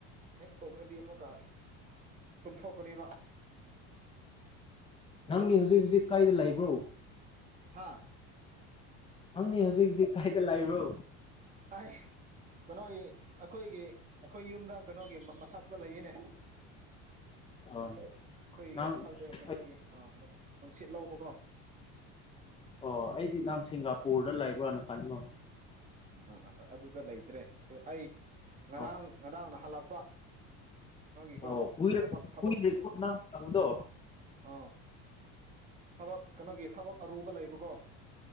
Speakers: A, on the right; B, on the left.
A: ꯍꯦꯛ ꯇꯣꯝꯔꯗꯤ ꯑꯃꯨꯛꯀ ꯇꯨꯝꯊꯣꯛꯀꯅꯤꯕ <inaudible>
B: ꯅꯪꯒꯤ ꯍꯧꯖꯤꯛ ꯍꯧꯖꯤꯛ ꯀꯥꯏꯗ ꯂꯩꯕ꯭ꯔꯣ
A: ꯍꯥꯥ
B: ꯍꯪꯅꯤ ꯍꯧꯖꯤꯛ ꯍꯧꯖꯤꯛ ꯀꯥꯏꯗ ꯂꯩꯕ꯭ꯔꯣ
A: ꯍꯥꯏ ꯀꯩꯅꯣꯒꯤ ꯑꯩꯈꯣꯏꯒꯤ ꯑꯩꯈꯣꯏ ꯌꯨꯝꯗ ꯀꯩꯅꯣꯒꯤ ꯃꯊꯛꯇ ꯂꯩꯌꯦꯅꯦ
B: ꯑꯣ
A: ꯑꯩꯈꯣꯏ ꯌꯨꯝ
B: ꯅꯪ
A: ꯃꯊꯛꯇ ꯀꯩꯅꯣꯒꯤ
B: ꯑꯩ
A: ꯑ ꯅꯨꯡꯁꯤꯠ ꯂꯧꯕꯀꯣ
B: ꯑꯣ ꯑꯩꯗꯤ ꯅꯪ ꯁꯤꯡꯒꯥꯄꯨꯔꯗ ꯂꯩꯕ꯭ꯔꯥꯅ ꯈꯟꯕ
A: ꯑ ꯑꯗꯨꯗ ꯂꯩꯇ꯭ꯔꯦ ꯑꯗꯨ ꯑꯩ ꯉꯔꯥꯡ
B: ꯑꯥ
A: ꯉꯔꯥꯡ ꯅꯍꯜꯂꯥꯛꯄ ꯀꯩꯅꯣꯒꯤꯀꯣ
B: ꯑꯣ ꯀꯨꯏꯔ
A: ꯊꯕꯛ ꯊꯕꯛ
B: ꯀꯨꯏꯗ꯭ꯔꯤꯀꯣ
A: ꯎꯝ
B: ꯅꯪ ꯂꯥꯛꯄꯗꯣ
A: ꯑꯥ ꯊꯕꯛ ꯀꯩꯅꯣꯒꯤ ꯊꯕꯛ ꯑꯔꯨꯕ ꯂꯩꯕꯀꯣ